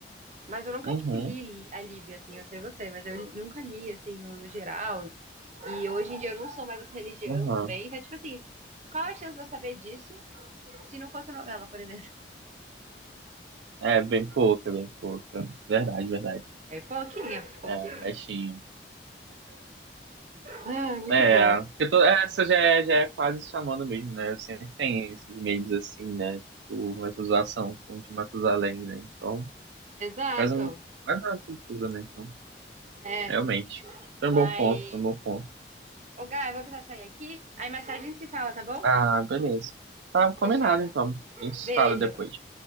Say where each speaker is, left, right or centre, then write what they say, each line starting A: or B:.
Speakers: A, on the right; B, on the right.
A: Mas eu nunca,
B: Uhum,
A: tipo, li a Bíblia, assim, eu sei você, mas eu li- nunca li, assim, no, no geral, E hoje em dia eu não sou mais dessa religião
B: uhum.
A: também. Então, tipo assim, qual a chance de eu saber disso se não fosse novela, por exemplo?
B: É, é bem pouca, bem pouca. Verdade, verdade.
A: É pouquinho, pouquinho.
B: É, Baixinho.
A: Ah, muito
B: É,
A: bom.
B: porque to- é, essa já é, já é quase chamando mesmo, né? Sempre tem esses meios assim, né? Tipo, essa zoação com o de Matusalém, né? Então,
A: Exato.
B: faz um, faz uma cultura, né? Então,
A: É,
B: realmente. Foi
A: mas...
B: um bom ponto, foi um bom ponto.
A: Ô, Gá, eu vou precisar sair aqui. Aí mais tarde a gente se fala, tá bom?
B: Ah, beleza. Tá combinado,
A: Fechado.
B: então. A gente se
A: Beijo.
B: fala depois.